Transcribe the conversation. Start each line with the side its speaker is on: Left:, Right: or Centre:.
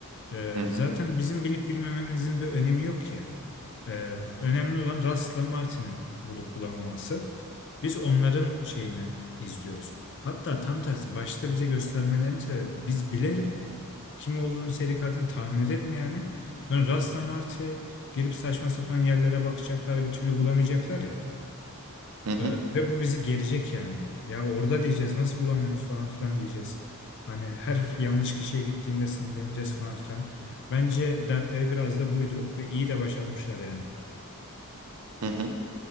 Left: Ee,
Right: Hı hı.
Left: zaten bizim bilip bilmememizin bir önemi yok ki. Ee, önemli olan Russ'la Martin'in bulup bulamaması. Biz onların şeyini izliyoruz. Hatta tam tersi başta bize göstermelerinin sebebi biz bilelim kim olduğunu seri katilini tahmin edelim yani. Sonra Russ'la Marty gidip saçma sapan yerlere bakacaklar bir türlü bulamayacaklar ya.
Right: Hı hı.
Left: Ee, Ve bu bizi gerecek yani. Ya orada diyeceğiz nasıl bulamıyoruz falan filan diyeceğiz. Hani her yanlış kişiye gittiğinde sinirleneceğiz falan filan. Bence dertleri biraz da buydu ve iyi de başarmışlar yani.
Right: Hı hı.